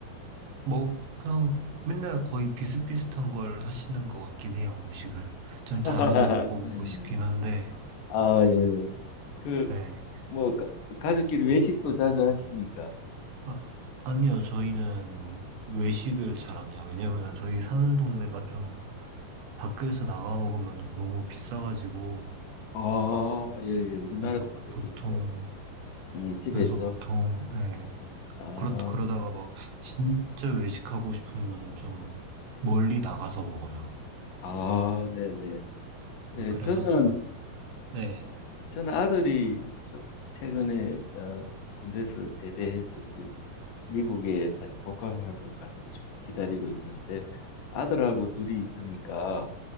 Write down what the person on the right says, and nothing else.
뭐, 그냥 맨날 거의 비슷비슷한 걸 하시는 것 같긴 해요, 음식을.
좀 다른 거 먹어보고 싶긴 한데,
네.
아, 아니요, 저희는 외식을 잘 안 해요. 왜냐면은 저희 사는 동네가 좀 밖에서 나가 먹으면 너무 비싸가지고,
그래서
보통,
그래서 보통, 예,
그렇, 그러다가 막 진짜 외식하고 싶으면 좀 멀리 나가서 먹어요.
예, 그래서
좀, 네.